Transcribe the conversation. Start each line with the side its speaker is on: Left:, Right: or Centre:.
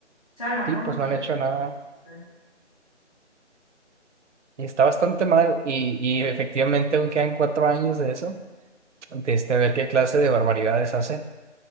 Centre: sea, no han
Right: Sí,
Centre: cometido.
Right: pues no han hecho nada.
Centre: nada.
Right: Y está bastante mal y, y efectivamente aún quedan cuatro años de eso de este, a ver qué clase de barbaridades hacen.